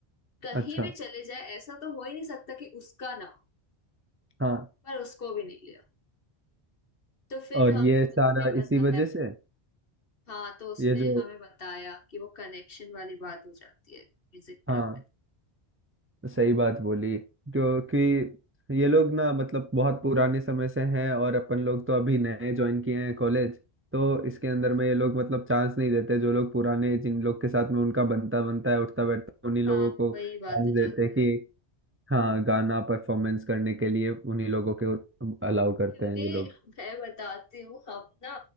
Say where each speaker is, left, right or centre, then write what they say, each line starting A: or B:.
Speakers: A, on the left; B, on the right.
A: कहीं
B: अच्छा
A: भी चले जाए ऐसा तो हो ही नहीं सकता कि उसका ना हो,
B: हाँ
A: पर उसको भी नहीं लिया तो फिर
B: और
A: हमें
B: ये सारा
A: उसने बताया
B: इसी वजह से
A: हाँ तो उसने
B: ये जो
A: हमें बताया कि वो कनेक्शन वाली बात हो जाती है म्यूजिक
B: हाँ
A: क्लब में
B: सही बात बोली क्योंकि ये लोग ना मतलब बहुत पुराने समय से हैं और अपन लोग तो अभी नए ज्वाइन किए हैं कॉलेज तो इसके अंदर
A: हम्म।
B: में ये लोग मतलब चांस नहीं देते जो लोग पुराने जिन लोग के साथ में उनका बनता बनता है उठता बैठता है, उन्हीं लोगों
A: हाँ
B: को
A: वही
B: चांस
A: बात हो
B: देते
A: जाती
B: हैं कि
A: है
B: हाँ गाना परफॉर्मेंस करने के लिए उन्हीं लोगों के अलाउ करते
A: क्योंकि
B: हैं ये लोग
A: मैं बताती हूँ हम ना